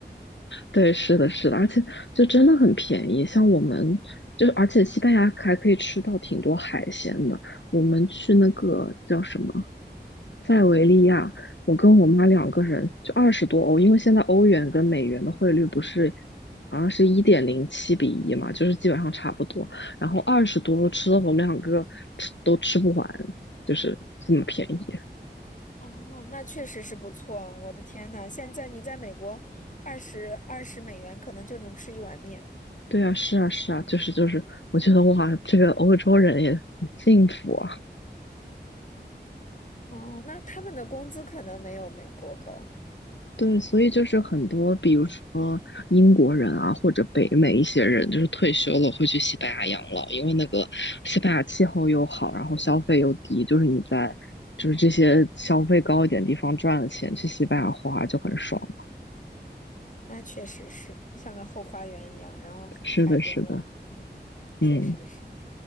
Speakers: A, on the left (about 85°); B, on the left (about 45°).
A: 对，是的，是的，而且就真的很便宜。像我们就，而且西班牙还可以吃到挺多海鲜的。我们去那个叫什么塞维利亚，我跟我妈两个人就二十多欧，因为现在欧元跟美元的汇率不是好像是一点零七比一嘛，就是基本上差不多。然后二十多欧吃的我们两个吃都吃不完，就是这么便宜。
B: 哦，那确实是不错。我的天呐，现在你在美国，二十二十美元可能就能吃一碗面。
A: 对啊，是啊，是啊，就是就是，我觉得哇，这个欧洲人也很幸福啊。
B: 哦，那他们的工资可能没有美国高。
A: 对，所以就是很多，比如说英国人啊，或者北美一些人，就是退休了会去西班牙养老，因为那个西班牙气候又好，然后消费又低，就是你在就是这些消费高一点地方赚了钱，去西班牙花就很爽。
B: 那确实是像个后花园一样，然后海海边有，
A: 是的，是的，
B: 嗯，
A: 嗯
B: 确实是。